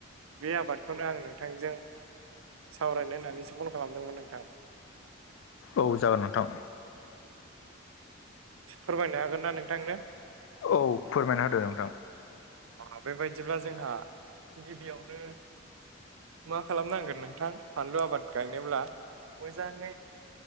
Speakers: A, on the right; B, on the left.
A: बे आबाद खोनो आं नोंथांजों सावरायनो होननानैसो फन खालामदोंमोन नोंथां।
B: औ जागोन नोंथां।
A: फोरमायनो हागोन ना नोंथांनो?
B: औ फोरमायना होदो नोंथां।
A: ओ बेबायदिब्ला जोंहा गिबियावनो मा खालामनांगोन नोंथां फानलु आबाद गायनोब्ला मोजाङै